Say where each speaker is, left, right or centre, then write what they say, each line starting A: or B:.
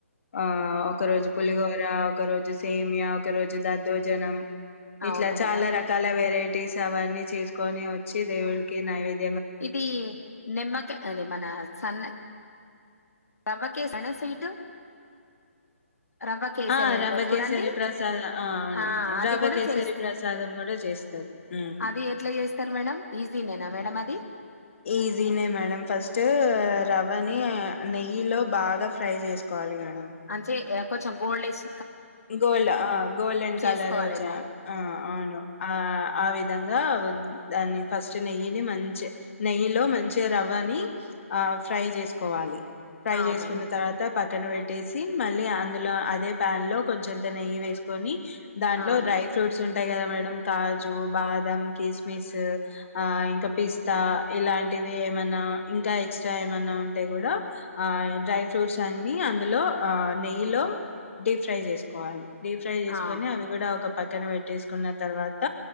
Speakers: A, on the left; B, on the left.
A: ఆ ఒక రోజు పులిహోర ఒక రోజు సేమియా ఒక రోజు దద్దోజనం
B: అవును
A: ఇట్లా చాలా
B: మేడం
A: రకాల వెరైటీస్ గవానీ చేసుకొని వచ్చి దేవునికి నైవేద్య
B: ఇది నెమ్మక అది మన సన్న రవ్వకేసేనా స్వీట్ రవ్వ కేసరి
A: ఆ
B: అంటారు
A: రవ్వ
B: చూడండి
A: కేసరి ప్రసాద అవును
B: ఆ అది
A: రవ్వ
B: కూడా
A: కేసరి
B: చేస్త
A: ప్రసాదం కూడా చేస్తారు హ్మ్.
B: అది ఎట్లా చేస్తారు మేడం ఈజీ నేనా మేడం అది <unintelligible>
A: ఈజీనే మేడం ఫస్ట్ రవ్వని నెయ్యి లో బాగా ఫ్రై చేసుకోవాలి మేడం
B: అంతే ఇగ కొంచెం గోల్డ్లేెస్
A: గోల్డ్ ఆ గోల్డెన్
B: చేసుకోవాలేమో
A: కలర్ వచ్చా ఆ అవును ఆ ఆ విద విధంగా దాన్ని ఫస్ట్ నెయ్యిని మంచి నెయ్యిలో మంచి రవ్వని ఆ ఫ్రై చేసుకోవాలి ఫ్రై
B: ఆ
A: చేసుకున్న
B: మేడం
A: తర్వాత ప పక్కన పెట్టేసి మళ్ళీ అ <unintelligible> అదే ప్యాన్ లో కొంచెంత నెయ్యి వేసుకొని దాంట్లో
B: ఆ మేడం
A: డ్రై ఫ్రూట్స్ ఉ అంతే కదా మేడం కాజు బాదం కిస్మిస్ ఆ ఇంకా పిస్తా ఇలాంటివి ఏమనా ఇంకా ఎక్స్ట్రా ఏమనా ఉంటే కూడా ఆ డ్రై ఫ్రూట్స్ అన్ని అందులో నెయ్యిలో డీప్ ఫ్రై చేసు కోవాలి డీప్ ఫ్రై చేసుకొని
B: ఆ
A: అవి కూడా ఒక పక్ పక్కన పెట్టేసుకున్న తర్వాత